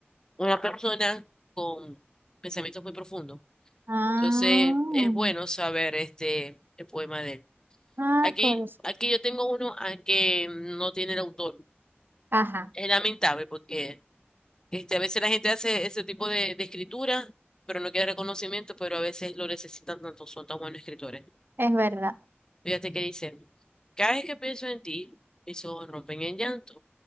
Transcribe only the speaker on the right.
Ah,
ah,
cosa.
Ajá,
es verdad.